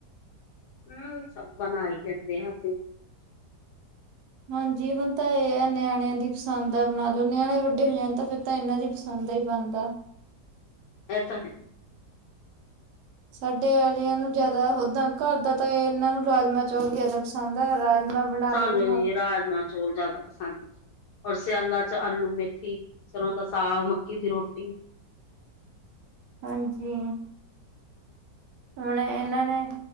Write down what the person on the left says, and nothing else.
ਹੁ, ਸਭ ਬਣਾਈ ਦਿੰਦੇ ਆ ਅਸੀਂ।
ਇਹ ਤਾਂ ਹੈ।
ਸਾਨੂੰ
ਵੀ ਰਾਜਮਾ ਚੋਲ ਜ਼ਿਆਦਾ ਪਸੰਦ ਆ, ਔਰ ਸਿਆਲਾ 'ਚ ਆਲੂ ਮੇਥੀ, ਸਰ੍ਹੋਂ ਦਾ ਸਾਗ, ਮੱਕੀ ਦੀ ਰੋਟੀ।